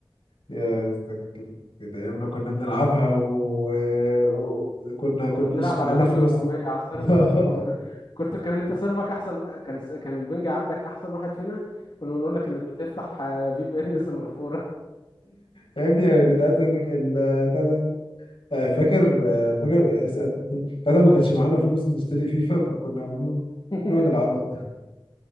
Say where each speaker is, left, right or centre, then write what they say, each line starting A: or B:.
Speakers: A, on the left; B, on the left.
A: يا اسطى كانت كانت ايامنا كنا بنلعبها وكنا و... و- كنا كناش
B: كنا بنلعب
A: معانا
B: على بنج
A: فلوس
B: 400 على
A: <laughs>
B: السيرفر
A: لا.
B: اللي
A: <laughs>
B: كنا <laughs> كنت كان انت سيرفرك احسن كان س- كان البنج عندك احسن واحد فينا كنا بنقول لك انك بتفتح <laughs> في بي ان سنغافورة
A: يا ابني انا كنت عايز اقول لك ال... آه، فاكر آه، فاكر فاكر ما كانش معانا فلوس نشتري فيفا فكنا بن-
B: <laughs>
A: بنقعد نلعبها